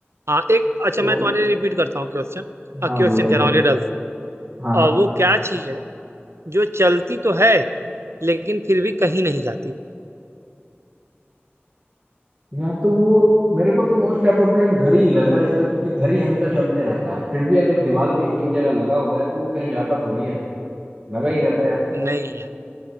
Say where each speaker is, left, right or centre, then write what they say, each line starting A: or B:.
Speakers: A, on the right; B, on the right.
A: हाँ एक अच्छा
B: तो
A: मैं तुम्हारे लिए रिपीट करता हूँ क्वेश्चन
B: हाँ
A: क्वेश्चन
B: बोलो एक
A: कह
B: बार
A: रहा हूँ रिडल्स
B: हाँ
A: वो क्या चीज है जो चलती तो है लेकिन फिर भी कहीं नहीं जाती
B: या तो वो मेरे को तो मोस्ट अप्रोप्रिएट घर ही लग रहा है इसका क्योंकि घर ही हमेशा चलते रहता है फिर भी अगर दीवार पे एक जगह लगा हुआ है तो वो कहीं जाता थोड़ी है लगा ही रहता है यार
A: नहीं है